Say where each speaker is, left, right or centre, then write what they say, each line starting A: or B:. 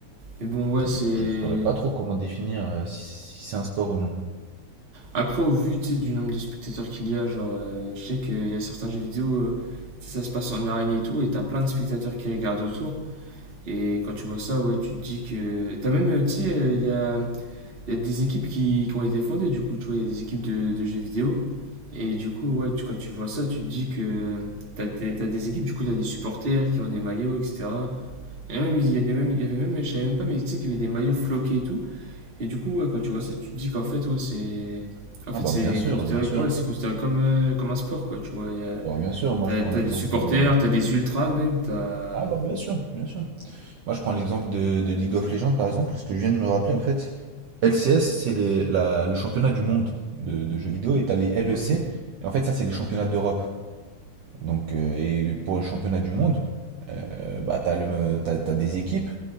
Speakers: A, on the right; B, on the right.
A: Mais bon, ouais,
B: Du
A: c'est.
B: coup, je ne saurais pas trop comment définir euh, si, si c'est un sport ou non.
A: Après, au vu, tu sais, du nombre de spectateurs qu'il y a, genre, euh, je sais qu'il y a certains jeux vidéo, euh, tu sais, ça se passe en arène et tout, et t'as plein de spectateurs qui regardent autour. Et quand tu vois ça, ouais, tu te dis que. T'as même, euh, tu sais, euh, il y a, il y a des équipes qui, qui ont été fondées, du coup, tu vois, il y a des équipes de, de jeux vidéo. Et du coup, ouais, tu- quand tu vois ça, tu te dis que t'as t'as- t'as des équipes, du coup, t'as des supporters qui ont des maillots, etc. Et même, il y a des- même, il y avait même, je savais même pas, mais tu sais qu'il y avait des maillots floqués et tout. Et du coup, ouais, quand tu vois ça, tu te dis qu'en fait, ouais, c'est. En fait,
B: Ah bah
A: c'est
B: bien sûr,
A: considéré,
B: bien sûr.
A: ouais, c'est considéré comme, euh, comme un sport, quoi. Tu vois, y a-
B: Oh, bien sûr, moi
A: t'as,
B: je prends
A: t'as
B: l'exemple...
A: des supporters,
B: euh,
A: t'as des ultras même, t'as.
B: Ah bah bien sûr, bien sûr. Moi je prends l'exemple de, de League of Legends par exemple, parce que je viens de me rappeler en fait. LCS, c'est les- la- le championnat du monde de, de jeux vidéo, et t'as les LEC,
A: Ok.
B: et en fait ça c'est les championnats d'Europe. Donc, euh, et pour le championnat du monde, euh, bah, tu as, des équipes,